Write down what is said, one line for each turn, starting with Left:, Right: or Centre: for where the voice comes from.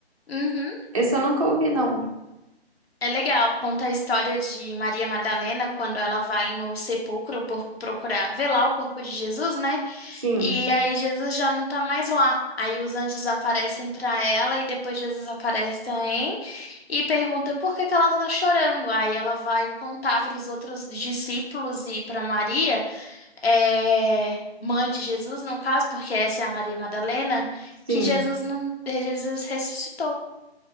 Left: Uhum.
Right: Esse eu nunca ouvi, não.
Left: É legal, conta a história de Maria Madalena quando ela vai no sepulcro por procurar velar o corpo de Jesus, né?
Right: Sim,
Left: E aí Jesus já não tá mais lá. Aí os anjos aparecem pra ela e depois Jesus aparece também e pergunta por que que ela tá chorando. Aí ela vai contar para os outros discípulos e para Maria, é, mãe de Jesus no caso, porque essa é a Maria Madalena,
Right: sim.
Left: que Jesus não, Jesus ressuscitou.